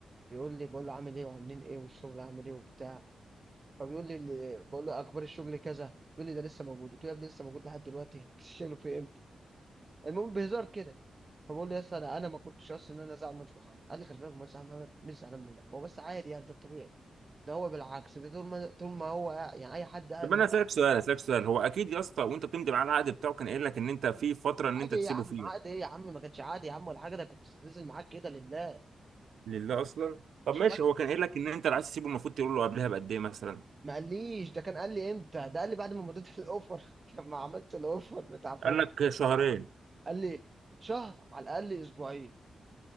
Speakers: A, on the right; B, on the right.
A: بيقول لي بقول له عامل ايه وعاملين ايه والشغل عامل ايه وبتاع فبيقول لي اللي- بقول له اخبار الشغل كذا بيقول لي ده لسه موجود قلت له يا ابني لسه موجود لحد دلوقتي <laughs> انت الشغل في امتى المهم بهزار كده فبقول له يا اسطى انا أنا ما كنتش اصلا ان انا زعلان من محمد قال لي خلي بالك مهندس محمد مش زعلان منك هو بس عادي يعني ده الطبيعي ده هو بالعكس ده طول ما طول ما هو يعني اي حد قاعد
B: طب
A: معاه
B: انا اسالك سؤال اسالك سؤال هو اكيد يا اسطى وانت بتمضي معاه العقد بتاعه كان قايل لك ان انت في فتره ان
A: عادي
B: انت تسيبه
A: يا عم
B: فيها
A: عادي ايه يا عم ما كانش عادي يا عم ولا حاجه ده كنت نازل معاك كده لله
B: لله اصلا طب
A: مش
B: ماشي
A: ما
B: هو كان قايل لك ان انت اللي عايز تسيبه المفروض تقول له قبلها بقد ايه مثلا
A: ما قاليش ده كان قال لي امتى ده قال لي بعد ما مضيت الاوفر <laughs> لما عملت الاوفر بتاع فاهم
B: قال لك شهرين
A: قال لي شهر على الاقل اسبوعين